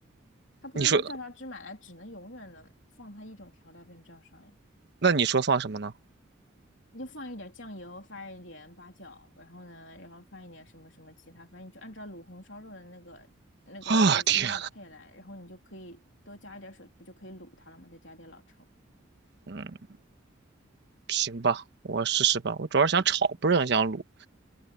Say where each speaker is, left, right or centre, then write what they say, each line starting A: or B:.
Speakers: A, on the left; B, on the right.
A: 它不是说照烧汁买来只能永远的放它一种调料变照烧呀，
B: 你说，那你说放什么呢？
A: 你就放一点酱油，放一点八角，然后呢，然后放一点什么什么其他，反正你就按照卤红烧肉的那个那个那个香料配来，
B: 啊，天，
A: 然后你就可以多加一点水，不就可以卤它了吗？再加点老抽。
B: 嗯，行吧，我试试吧。我主要是想炒，不是很想卤。